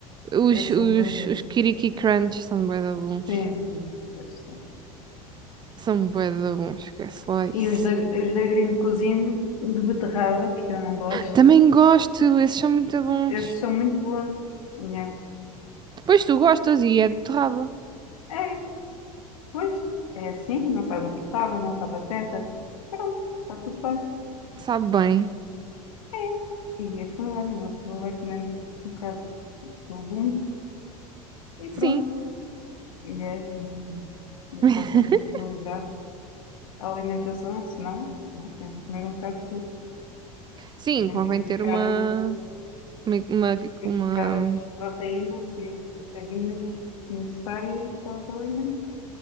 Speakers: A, on the right; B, on the left.
A: Os,
B: Esses
A: os,
B: hambúrgueres.
A: os Kiriki Crunch são bué da bons.
B: Sim, sim, esses são.
A: São bué da bons, esquece lá isso.
B: E os da, os da Green Cuisine de beterraba, que eu não gosto.
A: Também gosto, esses são muito bons.
B: Esses são muito bons. Né?
A: Depois tu gostas e é de beterraba.
B: É, Pois, é assim, não sabe o que sabe, não sabe a teta. Pronto, está tudo bem.
A: Sabe bem.
B: É. E é assim, mais uma pessoa vai comendo um bocado de legumes e
A: Sim.
B: pronto. E é assim. Eu
A: <laughs>
B: só tento equilibrar a alimentação, senão, não, tenho que comer um bocado de tudo.
A: Sim,
B: Temos
A: convém
B: que ir
A: ter
B: buscar,
A: uma...
B: a-
A: Uma... Uma...
B: ir buscar as
A: uma-
B: proteínas e vitaminas necessárias para os alimentos.